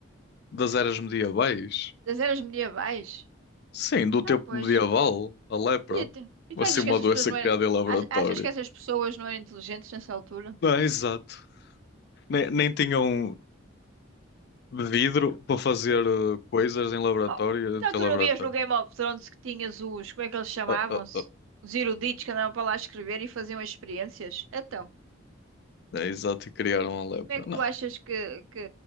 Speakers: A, on the left; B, on the right.
A: das eras medievais?
B: das eras medievais.
A: Sim, do tempo
B: Ah, pois.
A: medieval, a lepra.
B: Podia ter. E
A: Vai
B: tu achas
A: ser uma
B: que essas
A: doença
B: pessoas não
A: criada
B: eram.
A: em laboratório.
B: ach- Achas que essas pessoas não eram inteligentes nessa altura?
A: Não, exato. Nem, nem tinham vidro para fazer eh, coisas em laboratório,
B: Oh,
A: em
B: Então
A: teu
B: tu
A: laboratório.
B: não vias no Game of Thrones que tinhas os, como é que eles chamavam-se?
A: Ah, ah, ah.
B: Os eruditos que andavam para lá escrever e faziam as experiências? Então,
A: É, exato, e criaram a lepra.
B: como é que
A: Não,
B: tu achas que, que